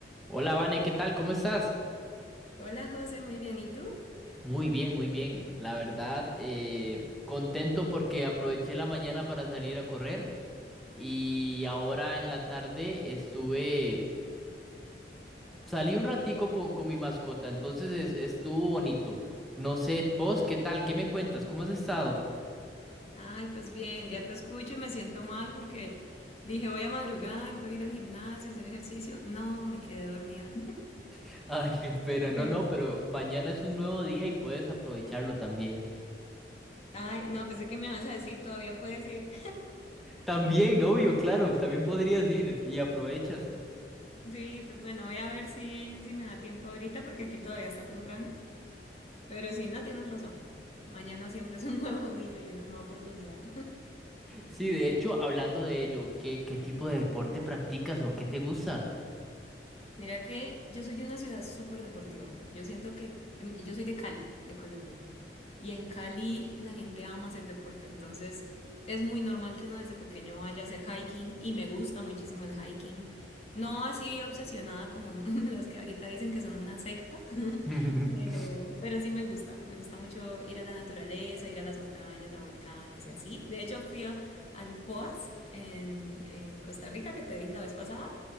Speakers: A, in the centre; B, on the left.
A: Hola, Vane, ¿qué tal? ¿Cómo estás?
B: Hola José, muy bien. ¿Y tú?
A: Muy bien, muy bien. La verdad, eh, contento porque aproveché la mañana para salir a correr y ahora en la tarde estuve, salí un ratico con, con mi mascota, entonces es- estuvo bonito. No sé, vos, ¿qué tal? ¿Qué me cuentas? ¿Cómo has estado?
B: Ay, pues bien, ya te escucho y me siento mal porque dije voy a madrugar, voy a ir al gimnasio, a hacer ejercicio. No, me quedé dormida. <laughs>
A: <laughs> Ay, qué pena, no,
B: Sí.
A: no, pero mañana es un nuevo día y puedes aprovecharlo también.
B: Ay, no, pensé que me vas a decir, todavía puedes ir.
A: También, obvio, claro, también podrías ir y aprovechas.
B: <laughs> Sí, pues bueno, voy a ver si, si me da tiempo ahorita porque aquí todavía está temprano. Pero sí, no, tienes razón. Mañana siempre es un <laughs> nuevo día y una nueva oportunidad.
A: Sí, de hecho, hablando de ello, ¿qué, qué tipo de deporte practicas o qué te gusta?
B: Mira que yo soy de una ciudad súper deportiva. Yo siento que mm, yo soy de Cali, de Colombia. Y en Cali la gente ama hacer deporte, entonces es muy normal que uno desde pequeño vaya a hacer hiking y me gusta muchísimo el hiking. No así obsesionada como <laughs> los que ahorita dicen que son una secta, <laughs>
A: <laughs>
B: pero, pero sí me gusta. Me gusta mucho ir a la naturaleza, ir a las montañas, a volcanes y así. De hecho fui a- al Poas en, en Costa Rica que te dije la vez pasada.